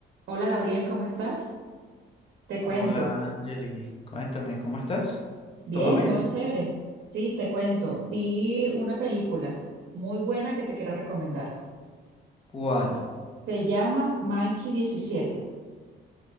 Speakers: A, on the right; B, on the left.
A: Hola Gabriel, ¿cómo estás? Te cuento.
B: Hola, Angeli. Cuéntame, ¿cómo estás?
A: Bien,
B: ¿Todo bien?
A: todo chévere. Sí, te cuento. Vi una película muy buena que te quiero recomendar.
B: ¿Cuál?
A: Se llama Mikey 17.